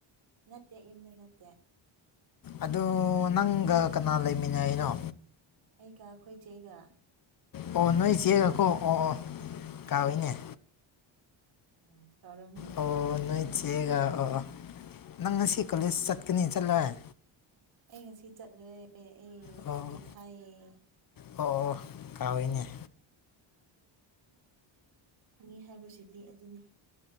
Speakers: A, on the right; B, on the left.
A: ꯅꯠꯇꯦ ꯌꯨꯝꯗ ꯅꯠꯇꯦ
B: ꯑꯗꯨ ꯅꯪꯒ ꯀꯅꯥ ꯂꯩꯃꯤꯟꯅꯅꯣ
A: ꯑꯩꯒ ꯑꯩꯈꯣꯏ ꯆꯦꯒ
B: ꯑꯣ ꯅꯣꯏ ꯆꯦꯒꯈꯣ ꯑꯣ ꯑꯣ
A: ꯎꯝ
B: ꯀꯥꯎꯏꯅꯦ
A: ꯎꯝ ꯇꯔ
B: ꯑꯣ ꯅꯣꯏꯠ ꯆꯦꯒ ꯑꯣ ꯅꯪ ꯉꯁꯤ ꯀꯣꯂꯦꯖ ꯆꯠꯀꯅꯤ ꯆꯠꯂꯣꯏ
A: ꯑꯩ ꯉꯁꯤ ꯆꯠꯂꯦ ꯑꯩ
B: ꯑꯣ
A: ꯁꯨꯇꯤ ꯊꯥꯏꯌꯦ
B: ꯑꯣ ꯑꯣ ꯀꯥꯎꯏꯅꯦ
A: ꯎꯝ ꯃꯤ ꯍꯥꯏꯕꯁꯤꯗꯤ ꯑꯗꯨꯅꯤ